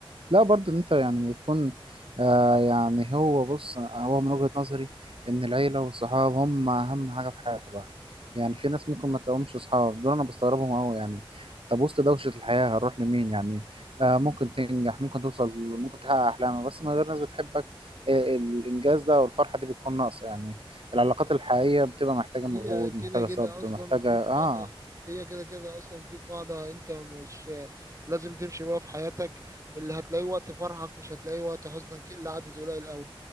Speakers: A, on the right (about 70°); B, on the right (about 35°).
A: لا برضه ان انت يعني بيكون آه يعني هو بص هو من وجهة نظري ان العيلة والصحاب هم اهم حاجة في حياة الواحد يعني في ناس ممكن ما تلاقيهمش صحاب دول انا بستغربهم قوي يعني طب وسط دوشة الحياة هنروح لمين يعني آه ممكن تنجح ممكن توصل ممكن تحقق احلامك بس من غير ناس بتحبك آه الانجاز ده والفرحة دي بتكون ناقصة يعني العلاقات الحقيقية بتبقى محتاجة مجهود
B: هي كده
A: محتاجة
B: كده
A: صبر
B: اصلا
A: محتاجة
B: في
A: اه
B: قاعده هي كده كده اصلا في قاعده انت مش لازم تمشي بقى في حياتك اللي هتلاقيه وقت فرحك مش هتلاقيه وقت حزنك الا عدد قليل قوي